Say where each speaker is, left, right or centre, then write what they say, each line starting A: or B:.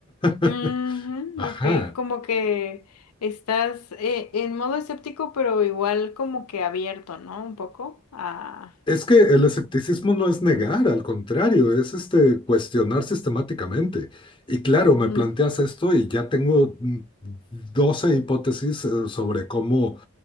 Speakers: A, on the left; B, on the left.
A: <laughs>
B: Ujú,
A: Ajá.
B: ok, como que estás eh, en modo escéptico, pero igual como que abierto, ¿no? Un poco a...
A: Es que el escepticismo no es negar, al contrario, es este cuestionar sistemáticamente. Y claro,
B: Ujú,
A: me planteas esto y ya tengo mm, 12 hipótesis eh, sobre cómo